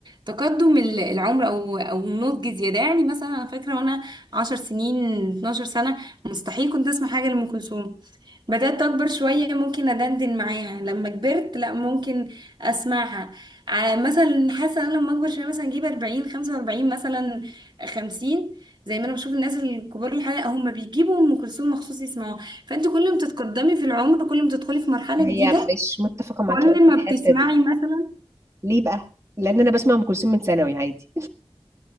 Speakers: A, on the right (about 50°); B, on the right (about 30°).
A: تقدم ال- العمر او او نضج زياده يعني مثلا انا فاكره وانا 10 سنين 12 سنه مستحيل كنت اسمع حاجه لام كلثوم بدات اكبر شويه ممكن ادندن معاها لما كبرت لا ممكن اسمعها ع- مثلا حاسه انا لما اكبر شويه مثلا اجيب 40 45 مثلا 50 زي ما انا بشوف الناس الكبار الحقيقه هم بيجيبوا ام كلثوم مخصوص يسمعوها فانت كل ما تتقدمي في العمر كل ما تدخلي في مرحلة
B: هي
A: جديدة
B: مش متفقه معاك
A: كل
B: أوي في الحته
A: ما بتسمعي
B: دي
A: مثلا
B: ليه بقى لان انا بسمع ام كلثوم من ثانوي عادي